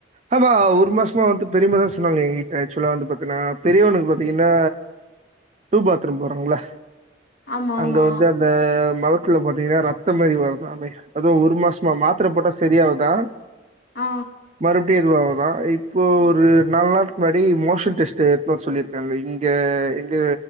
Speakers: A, on the right; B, on the left.
A: ஆமா ஒரு மாசமா வந்து பெரிமாதா சொன்னாங்க எங்கிட்ட ஆச்சுவலா வந்து பாத்தீங்கன்னா பெரியவனுக்கு பாத்தீங்கன்னா டூ பாத்ரூம் போறாங்களா
B: ஆமா
A: அங்க
B: ஆமா
A: வந்து அந்த மலத்துல பார்த்தீங்கன்னா ரத்த மாதிரி வருதாமே அதுவும் ஒரு மாசமா மாத்திர போட்டா சரியாகு தா
B: ஆ
A: மறுபடியும் இதுவாகுதா இப்போ ஒரு நாலு நாலுக்கு முன்னாடி மோஷன் டெஸ்ட் எடுத்துடு வர சொல்லியிருக்காங்க இங்க எங்க